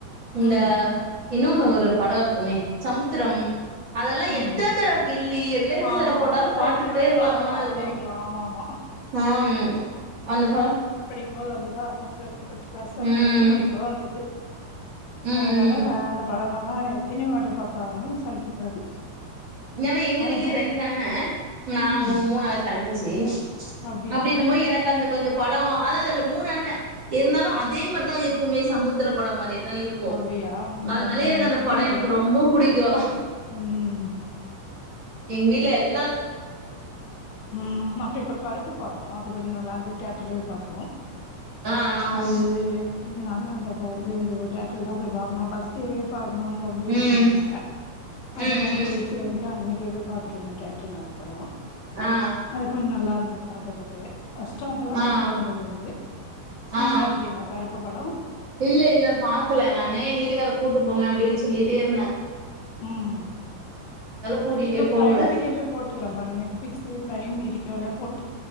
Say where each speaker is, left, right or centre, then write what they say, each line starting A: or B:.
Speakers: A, on the right; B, on the left.
A: இந்த
B: ம்
A: இன்னொன்னு ஒரு படம் இருக்குமே சமுத்தரம் அதெல்லா
B: ம்
A: எத்தன்
B: ம்
A: தடவ கில்லி இதெல்லா எத்தன
B: ஆமா
A: தடவ போட்டாலும்
B: அதெல்லா
A: பாத்துக்கிட்டே
B: எத்தினி வாட்டி
A: இருக்கலாமானு
B: பாத்தாலு பாத்துட்டே
A: இருக்கோ
B: இருக்கலா ஆமா ஆமா
A: ஆம் அந்த படம்
B: போது வந்ததா அப்பச்சே but plus one
A: ம்
B: plus two படிக்கும்போது வந்தது
A: ம்
B: அதனால
A: ம்
B: அந்த படமெல்லாய் எத்தினிவாட்டி பாத்தாலும் சகிக்காது
A: ஏன்னா எங்க
B: அதுப்பா
A: வீட்லயும் ரெண்டு அண்ண நா
B: ம்
A: மூணாது தங்கச் சே
B: அப்டியா
A: அப்டினும்போது எனக்கு அந்த கொஞ்ச பா அத அதான் அதுல மூணு அண்ண இருந்தாலும் அதே மாரிதான் இருக்குமே சமுத்திரம் படம் மாரியே தான் இருக்கும்
B: அப்டியா ம்
A: அதனாலே
B: ரொம்ப
A: எனக்கு
B: நன்றி
A: அந்த படம்
B: நல்லது
A: எனக்கு ரொம்ப புடிக்கும்
B: ம்
A: எங்க வீட்டுல எல்லா
B: உஹம் அப்புறோ இப்ப கருப்பு பாத்தோம் அது கொஞ்சோ நல்லாயிருந்தது தியேட்டர்லயே போய் பாத்தோம்
A: ஆ ஆ ஆ
B: அது எங்க நாத்தனார் பாப் இப்ப வந்து இதுவும் தியேட்டர்லதான் போய் வாங்கனும் ஃபர்ஸ்ட் எப்ப னு ரொம்ப
A: ம்
B: இது பண்ணாங்க அதனால
A: ம் ம்
B: போய் சேன்ட்டு அன்னைக் இத போய் பாத்திட்டு வந்தோம் தியேட் டெர்ல படம்
A: ஆ ஆ
B: அது கொஞ்சோ நல்லா இருந்தது பாக்கதுக்கு ஃபர்ஸ்ட் ஹாஃப் எல்லா
A: ஆ ஆ
B: சூப்பரா இருந்தது து நீங்க
A: ஆ ஆ
B: பாத்துட்டீங்களா கருப்பு படம்
A: இல்ல இல்ல பாக்கல நானே வீட்டு வீட்டுக்கார கூட்டு போங்க அப்படின்னு சொல்லிட்டு தேர்ன
B: உம்
A: கூட்டிட்டே
B: இப்ப
A: போகல
B: ப்ரைம் வீடியோலயே போட்டுக்கிறான் பாருங்க நெட்பிளிக்ஸ் பிரைம் வீடியோல போட்டு